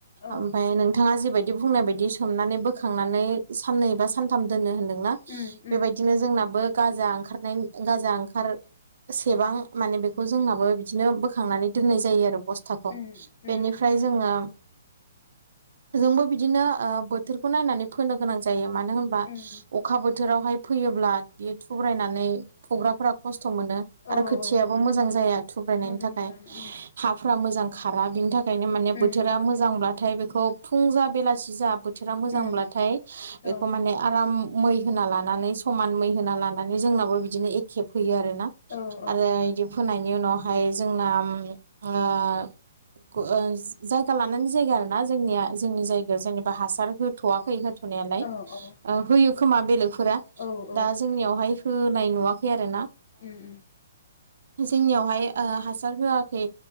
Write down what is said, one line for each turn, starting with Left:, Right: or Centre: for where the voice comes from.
Left: औ
Right: ओमफाय नोंथाङा जे बाय बिदि बुंनाय बायदि सोमनानै बोखांनानै साननै बा सानथाम दोन होन ना
Left: उम
Right: बे
Left: उम
Right: बायदिनो जोंनाबो गाजा ओंखारनाय गाजा ओंखार सेबां माने बेखौ जोंनाबो बिदिनो बोखांनानै दोननाय जायो आरो बस्थाखौ
Left: उम उम
Right: बेनिफ्राय जोङो जोंबो बिदिनो ओ बोथोरखौ नायनानै फोनो गोनां जायो मानो होनबा
Left: उम
Right: अखा बोथोरावहाय फैयोब्ला बेयो थुब्रायनानै फग्राफोरा खस्थ' खसथ' मोनो आरो
Left: औ
Right: खोथियाबो
Left: औ
Right: मोजां जाया थुब्रायनायनि
Left: मोजांसो
Right: थाखाय
Left: उम
Right: हाफ्रा मोजां खारा बिनि थाखायनो माने बोथोरा
Left: उम
Right: मोजांब्लाथाय बेखौ फुं जा बेलासि जा बोथ बोथोरा मोजांब्लाथाय
Left: उम औ
Right: बेखौ माने आराम मै होना लानानै समान मै होना लानानै जोंनाबो बिदिनो एखेब फोयो आरो आरोना
Left: औ
Right: आरो
Left: औ
Right: इदि फोनायनि उनावहाय जोंना उम ओ ओ जायगा लानानै जायगा आरोना जोंनिया जोंनि जायगायाव जेनेबा हासार होथ'वाखै हो होनायालाय
Left: औ औ
Right: होयो खोमा बेलेगफोरा
Left: औ औ
Right: दा जोंनियावहाय होनाय नुवाखै आरो ना
Left: उम उम
Right: जोंनियावहाय ओ हासार होआ खै